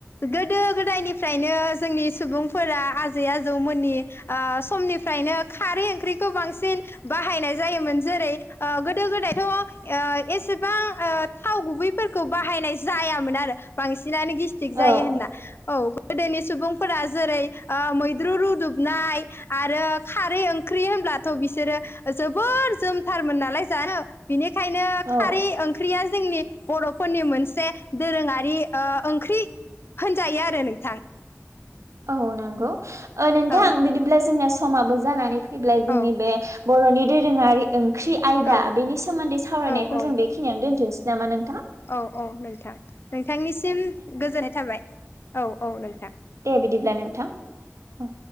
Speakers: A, on the left; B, on the right.
A: गोदो गोदायनिफ्रायनो जोंनि सुबुं फोरा आजै आजौमोननि ओ समनिफ्रायनो खारै ओंख्रिखौ बांसिन बाहायनाय जारोमोन जेरै ओ गोदायथ' एसेबां ओ थाव गुबै बाहाय बाहायनाय जायामोन आरो बांसिनानो गेस्तिग
B: औ
A: जायो होनना औ । गोदोनि सुबुंफोरा जेरै ओ मैद्रु रुदुबनाय आरो खारै ओंख्रि होन ब्लाथ' बिसोरो जोबोर जोमथारमोन नालाय जानो बेनि बेखायनो
B: औ
A: खारै ओंख्रिया जोंनि बर'फोरनि मोनसे दोरोङारि ओ ओंख्रि होनजायो आरो नोंथां ।
B: औ नंगौ नोंथां
A: औ
B: बिदिब्ला जोंना समाबो जानानैै फैब्लाय जोंनि
A: औ
B: बे बर'नि दोरोङारि ओंख्रि आयदा
A: औ
B: बेनि सोमोन्दै सावरायनायखौ
A: औ औ
B: जों बेखिनिनो दोनथोंनोसै नामा नों
A: औ औ नोंथां नोंथांनिसिम गोजोननाय थाबाय औ औ नोंथां ।
B: दे बिदिब्ला नोंथां औ